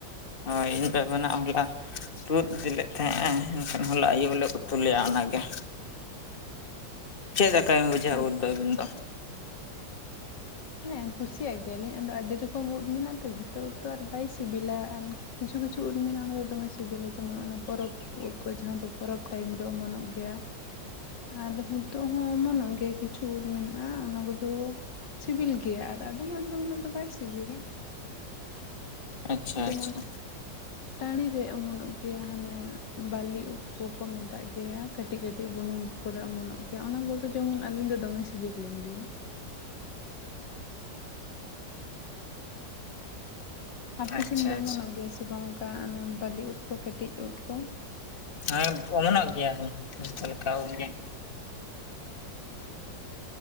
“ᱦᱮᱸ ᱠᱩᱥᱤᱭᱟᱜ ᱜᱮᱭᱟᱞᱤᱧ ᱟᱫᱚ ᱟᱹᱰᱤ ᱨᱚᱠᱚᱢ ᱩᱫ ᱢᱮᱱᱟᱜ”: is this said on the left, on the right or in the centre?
Left